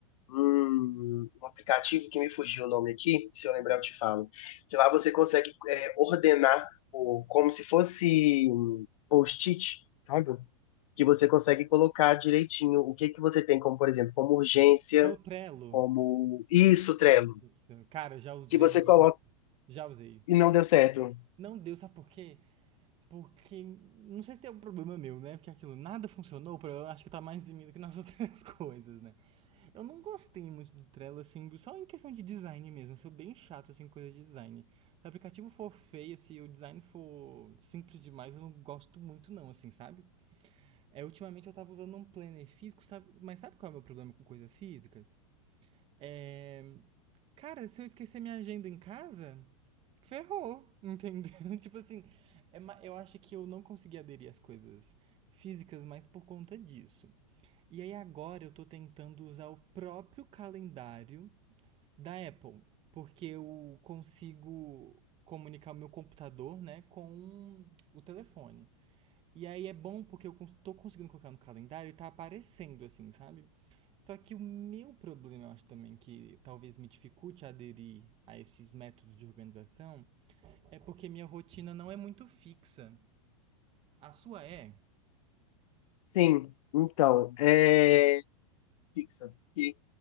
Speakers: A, on the left; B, on the right.
A: um, um aplicativo que me fugiu o nome aqui, se eu lembrar eu te falo, que lá você consegue é, ordenar o, como se fosse um post-it, sabe? que você consegue colocar direitinho o que que você tem como, por exemplo, como urgência,
B: É o Trello?
A: como isso, Trello,
B: Isso. Cara, já usei,
A: que você coloca
B: já usei.
A: e não deu certo.
B: Não deu, sabe por quê? Porque, não sei se é um problema meu, né? Porque aquilo, nada funcionou, o problema acho que tá mais em mim do que nas outras <laughs> coisas, né? Eu não gostei muito do Trello, assim, só em questão de design mesmo. Eu sou bem chato, assim, com coisa de design. Se o aplicativo for feio, se o design for simples demais, eu não gosto muito não, assim, sabe? É, ultimamente eu tava usando um planner físico, sabe? Mas sabe qual é o meu problema com coisas físicas? É, Cara, se eu esquecer minha agenda em casa, ferrou, entendeu? <laughs> tipo assim, é eu acho que eu não consegui aderir às coisas físicas mais por conta disso. E aí agora eu tô tentando usar o próprio calendário da Apple, porque eu consigo comunicar o meu computador, né, com o telefone. E aí é bom porque eu tô conseguindo colocar no calendário e tá aparecendo assim, sabe? Só que o meu problema, eu acho também que talvez me dificulte aderir a esses métodos de organização, é porque minha rotina não é muito fixa. A sua é?
A: Sim, então, é... fixa, porque